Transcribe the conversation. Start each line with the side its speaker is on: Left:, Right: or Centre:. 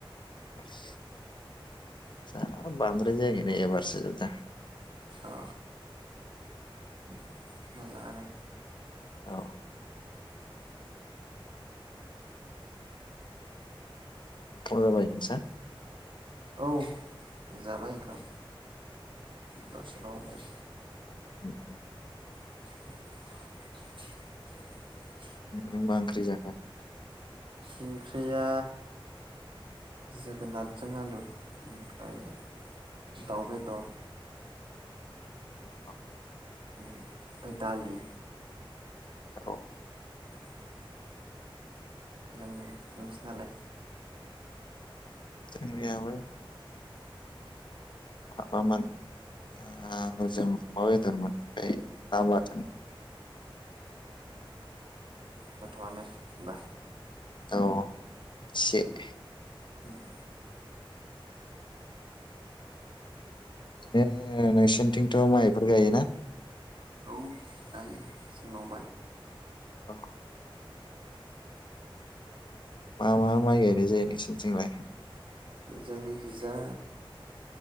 Left: बास जा बांद्राय जायिनाया एबारसो दा।
Right: अ ओम मोजाङानो।
Left: औ ओमथ जाबायमोन सा।
Right: औ जाबाय ओंखाम दसेबावबाय।
Left: <unintelligible>
Right: <unintelligible>
Left: नों मा ओंख्रि जाखो।
Right: ओंख्रिया जोगोनादजों आलु ओम। <unintelligible> दाउ बेदर।
Left: औ।
Right: ओम फाय दालि।
Left: औ।
Right: <inaudible> नों नोंसोनालाय।
Left: जोंनियाबो। माबामोन ओ आलु जों अमा बेदरमोन फाय ना बाथोन।
Right: गोथावानो ओमबा।
Left: औ ओ। सेद।
Right: ओम।
Left: ओरैनो नोंसोरनिथिंथ' माइफोर गायोना?
Right: औ गायो जोंनाव माय।
Left: औ। मा मा माइ गायनाय जायो नोंसोन थिंलाय।
Right: जोंनिखिजा